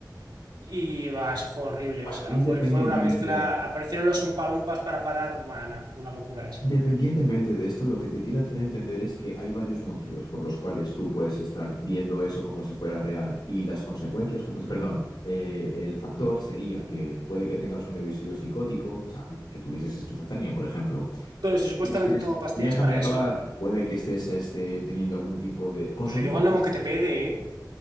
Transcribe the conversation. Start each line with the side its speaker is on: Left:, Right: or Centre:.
Right: y va, eso fue horrible.
Left: Bueno,
Right: O sea,
Left: independientemente,
Right: fue, fue una mezcla. Aparecieron los umpalumpas para parar. Bueno, fue una locura eso.
Left: independientemente de esto, lo que te quiero hacer entender es que hay varios motivos por los cuales tú puedes estar viendo eso como si fuera real y las consecuencias, como, si, perdón, eh, el factor sería que puede que tengas un episodio psicótico, o sea, que tuvieses esquizofrenia, por ejemplo.
Right: Pero si supuestamente
Left: Que estés-
Right: tomo pastillas
Left: déjame
Right: para
Left: acabar.
Right: eso,
Left: Puede que estés este, teniendo algún tipo de... consumiendo.
Right: que le digo al gnomo que te pegue, ¿eh?